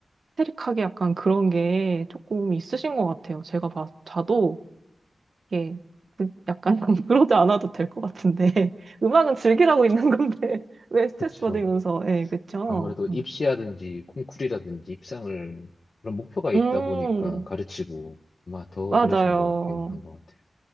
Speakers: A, on the right (about 60°); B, on the left (about 45°).
A: 스테릭하게 약간 그런 게 조금 있으신 것 같아요. 제가 봐, 자도 이게 그- 약간 <laughs> 그러지 않아도 될 것 같은데. <laughs> 음악은 즐기라고 있는 건데, <laughs> 왜 스트레스
B: 그쵸.
A: 받으면서, 예, 그쵸?
B: 아무래도
A: 음,
B: 입시라든지 콩쿨이라든지 입상을 그런 목표가 있다
A: 음,
B: 보니까 가르치고 아마 더
A: 맞아요.
B: 그러신 것 같긴 한 것 같아요.